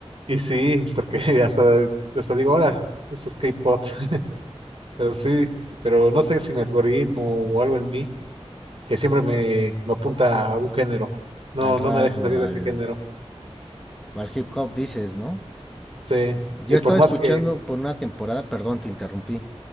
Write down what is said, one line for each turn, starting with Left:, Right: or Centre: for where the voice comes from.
Right: y sí, porque <laughs> hasta, hasta digo, ahora, esto es K-pop, <laughs> pero sí, pero no sé si mi algoritmo o algo en mí que siempre me, me apunta a un género. No,
Centre: al
Right: no
Centre: rap
Right: me Ah, deja salir
Centre: o
Right: de claro,
Centre: al,
Right: ese claro. género.
Centre: o al hip hop, dices, ¿no?
Right: Sí.
Centre: Yo
Right: Y
Centre: estaba
Right: por más
Centre: escuchando
Right: que.
Centre: por una temporada, perdón, te interrumpí.